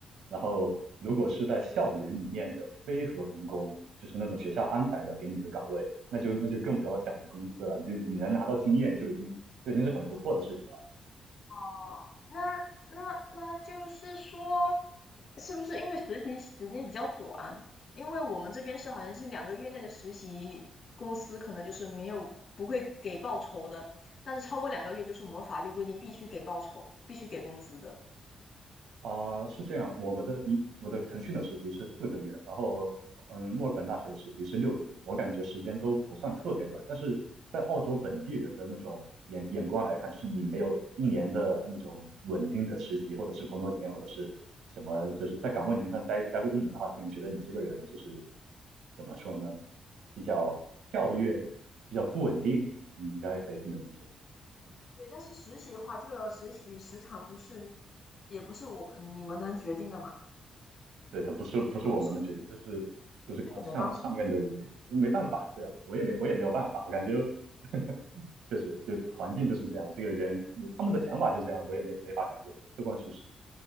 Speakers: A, on the right; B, on the left.
A: 然后，如果是在校园里面的非合同工，就是那种学校安排的给你的岗位，那就那就更不要想着工资了，就你能拿到经验就已经就已经是很不错的事情了。
B: 哦，那那那就是说，是不是因为实习时间比较短？因为我们这边是好像是两个月内的实习，公司可能就是没有不会给报酬的，但是超过两个月就是我们法律规定必须给报酬，必须给工资的。
A: 啊、是这样，我们的一我的腾讯的实习是四个月，然后嗯，墨尔本大学的实习是六个月，我感觉时间都不算特别短，但是在澳洲本地人的那种眼眼光来看，就是你没有一年的那种稳定的实习或者是工作经验或者是什么，就是在岗位里面上待待过一年的话，他可能觉得你这个人就是怎么说呢，比较跳跃，比较不稳定，嗯，应该可以这么理解。
B: 对，但是实习的话，这个实习时长不是，也不是我你们能决定的嘛，
A: 对的，不是不是我们能决定，
B: 那
A: 这是就是看上上面的人的意思，
B: 也没办法。
A: 没办法，对啊，我也没我也没有办法，我感觉 <laughs> 确实就环境就是这样，这个人他们的想法就这样，我也没没法改变，客观事实。